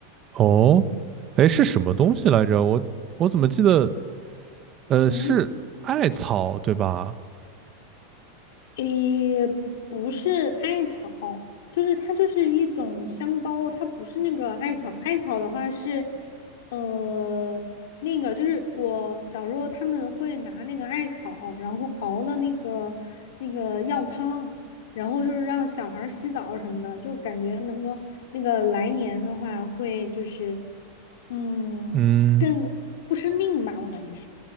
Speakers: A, on the right; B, on the left.
A: 哦，哎，是什么东西来着？我我怎么记得？呃，
B: 嗯。
A: 是艾草对吧？
B: 诶，不是艾草，就是它就是一种香包，它不是那个艾草。艾草的话是，呃，那个就是我小时候他们会拿那个艾草，然后熬了那个那个药汤，然后就是让小孩儿洗澡什么的，就感觉能够那个来年的话会就是，嗯，
A: 嗯，
B: 更不生病吧，我感觉是